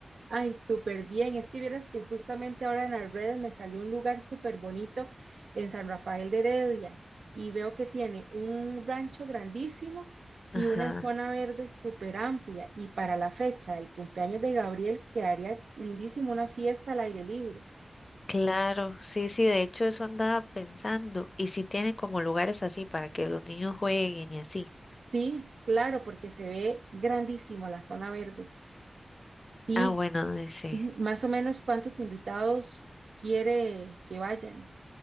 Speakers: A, on the right (about 75°); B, on the left (about 40°).
A: Ay, súper bien. Es que vieras que justamente ahora en las redes me salió un lugar súper bonito en San Rafael de Heredia y veo que tiene un rancho grandísimo
B: Ajá.
A: y una zona verde súper amplia y para la fecha del cumpleaños de Gabriel quedaría lindísimo una fiesta al aire libre.
B: Claro, sí, sí, de hecho eso andaba pensando. Y si tiene como lugares así para que los niños jueguen y así.
A: Sí, claro, porque se ve grandísimo la zona verde. y
B: Ah, bueno, dice,
A: Ujú, Más o menos cuántos invitados quiere que vayan.